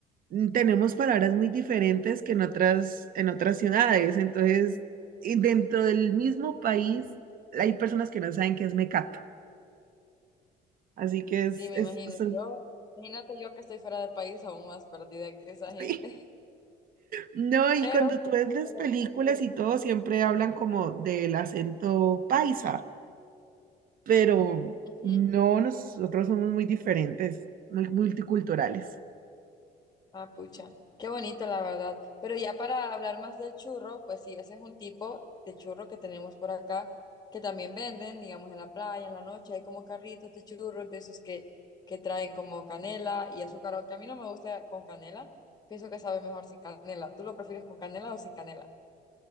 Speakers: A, on the right; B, on the left.
A: mm, tenemos palabras muy diferentes que en otras, en otras ciudades. Entonces, y dentro del mismo país hay personas que no saben qué es mecato. Así que
B: Sí,
A: es,
B: me
A: es,
B: imagino
A: son-
B: yo. Imagínate yo que estoy fuera del país aún más perdida que
A: <laughs>
B: esa gente.
A: sí. No,
B: <laughs>
A: y
B: Pero...
A: cuando tú ves las
B: hablando
A: películas y todo, siempre hablan como del acento paisa, pero
B: Ujú.
A: no, nosotros somos muy diferentes, muy multiculturales.
B: Ah, pucha, qué bonito la verdad. Pero ya para hablar más del churro, pues sí, ese es un tipo de churro que tenemos por acá, que también venden, digamos, en la playa, en la noche, hay como carritos de churros, de esos que, que traen como canela y azúcar, aunque a mí no me gusta con canela, pienso que sabe mejor sin canela. ¿Tú lo prefieres con canela o sin canela?